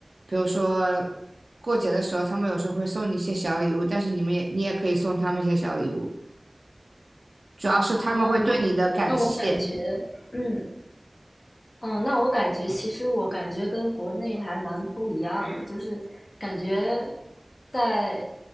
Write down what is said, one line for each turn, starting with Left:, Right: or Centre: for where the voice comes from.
Right: 比如说过节的时候，他们有时候会送你一些小礼物，但是你们也你也可以送他们一些小礼物，主要是他们会对你的感谢。
Left: 哦，那我感觉，嗯，嗯，那我感觉其实我感觉跟国内还蛮不一样的，就是感觉在